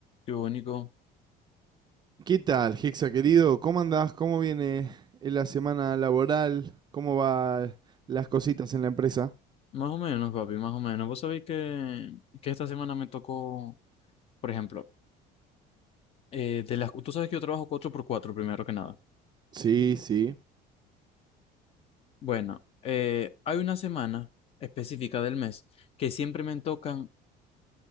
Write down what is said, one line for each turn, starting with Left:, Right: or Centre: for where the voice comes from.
Left: Qué bonito.
Right: ¿Qué tal, Hexa querido? ¿Cómo andás? ¿Cómo viene eh, la semana laboral? ¿Cómo van las cositas en la empresa?
Left: Más o menos, papi, más o menos. Vos sabéis que, que esta semana me tocó, por ejemplo, eh, de las, tú sabes que yo trabajo cuatro por cuatro primero que nada.
Right: Sí, sí.
Left: Bueno, eh, hay una semana específica del mes que siempre me tocan